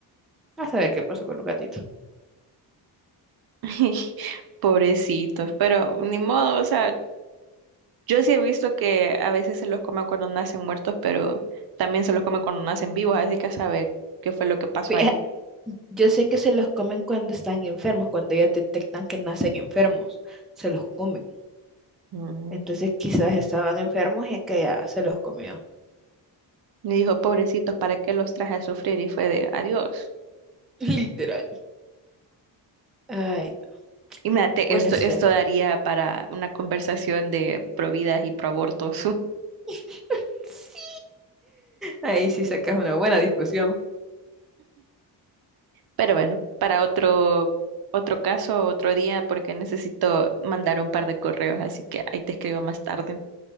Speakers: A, in the centre; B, on the right (about 55°).
A: a saber qué pasó con los gatitos.
B: <laughs> Pobrecitos. Pero ni modo, o sea, yo sí he visto que a veces se los comen cuando nacen muertos, pero también se los comen cuando nacen vivos, así que a saber qué fue lo que pasó
A: Fija-
B: ahí.
A: Yo sé que se los comen cuando están enfermos, cuando ya detectan que nacen enfermos, se los comen.
B: Mm.
A: Entonces quizás estaban enfermos y aquella se los comió.
B: Me dijo, pobrecitos, ¿para qué los traje a sufrir? Y fue de adiós.
A: <laughs> Literal. Ay, no.
B: Imagínate,
A: bueno,
B: esto,
A: Steph.
B: esto daría para una conversación de providas y proabortos. <laughs>
A: <laughs> Sí. Ahí sí sacas una buena discusión.
B: Pero bueno, para otro, otro caso, otro día, porque necesito mandar un par de correos, así que ahí te escribo más tarde.